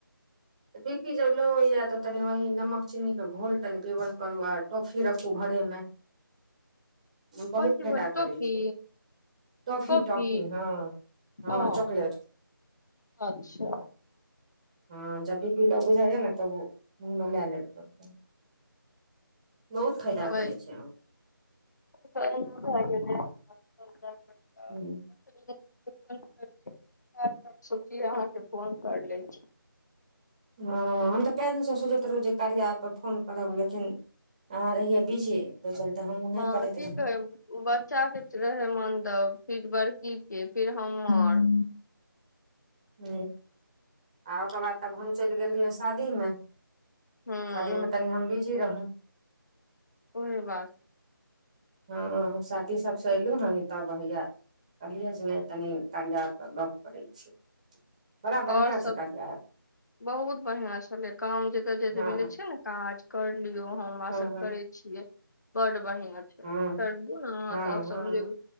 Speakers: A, on the right (about 20°); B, on the left (about 55°).
A: त बी पी जब ल होए तऽ तनि वही नमक चीनीके घोल तनि पीवल करू आ टॉफी रखू घरेमे
B: <unintelligible>
A: बहुत
B: कोन चीज
A: फाायदा
B: बोल टॉफी
A: करै छै टॉफी
B: कॉफी
A: टॉफी हँ हँ
B: ओ
A: चॉकलेट
B: अच्छा
A: हँ जब बी पी लो बुझाइय ने तब ओ मुहमे लए लेल करबै बहुत फायदा
B: ओहि
A: करै छै ओ
B: <unintelligible>
A: हू
B: <unintelligible> सोचली अहाँके फोन कर लै छी
A: हँ हम तऽ कए दिनसँ सोचैत रहौ जे करिया एप पर फोन करब लेकिन अहाँ रहियै बिजी तहि चलते हमहूँ नहि
B: हँ
A: करैत
B: की
A: रही
B: कहै बच्चा के रहे मनदब फिर बड़की के फिर हमर
A: ह आ ओकर बाद तब हम चलि गेलियै शादीमे
B: हूँ
A: सादी मे तनी हम बीजि रहूँ
B: कोइ बात नै
A: हँ शादी सभसँ अयलहु हन तब हैया पढ़े जे नहि तनी तिया कार्या के गप करै छै
B: <inaudible>
A: बढ़िया
B: सब
A: छै कार्या एप
B: <inaudible> बहुत बढ़िया छले काम जते जते
A: हँ
B: मिले छै ने काज कर लियो हमरा
A: हँ
B: सब करय छियै बड बढ़िआँ करदू
A: हँ
B: ने अहाँ
A: हँ
B: तब समझे
A: हँ